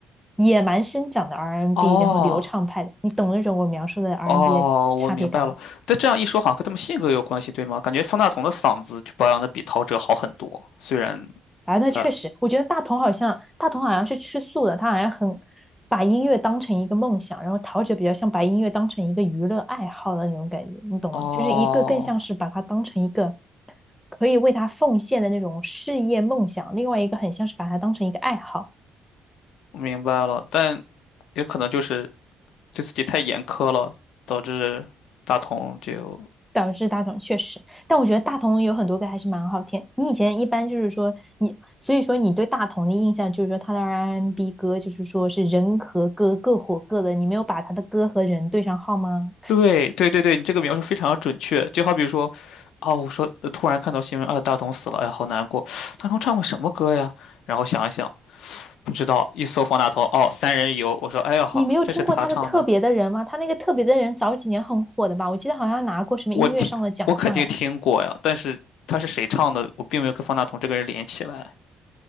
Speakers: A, in the centre; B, on the left (about 80°).
A: 野蛮生长的 R&B，
B: 哦
A: 然后流畅派的。你懂那种我描述的 R&B
B: 哦，
A: 的差别感吗？
B: 我明白了。但这样一说，好像跟他们性格有关系，对吗？感觉方大同的嗓子就保养的比陶喆好很多，虽然
A: 啊，那确实，
B: 他……
A: 我觉得大同好像大同好像是吃素的，他好像很把音乐当成一个梦想，然后陶喆比较像把音乐当成一个娱乐爱好的那种感觉，你懂吗？
B: 哦，
A: 就是一个更像是把它当成一个可以为他奉献的那种事业梦想，另外一个很像是把它当成一个爱好。
B: 我明白了，但也可能就是对自己太严苛了，导致大同就
A: 导致大同确实，但我觉得大同有很多歌还是蛮好听。你以前一般就是说你，所以说你对大同的印象就是说他的 R&B 歌就是说是人和歌各火各的，你没有把他的歌和人对上号吗？
B: 对对对对，你这个描述非常准确。就好比说，哦，我说呃突然看到新闻啊，大同死了，哎，好难过。大同唱过什么歌呀？然后想一想，不知道。一搜方大同，哦，《三人游》，我说，哎呀哈，
A: 你没有听过他的《特别的人》吗？
B: 这是他唱的，
A: 他那个《特别的人》早几年很火的吧？我记得好像拿过什么音乐上的奖项哎。
B: 我听，我肯定听过呀。但是他是谁唱的，我并没有跟方大同这个人连起来。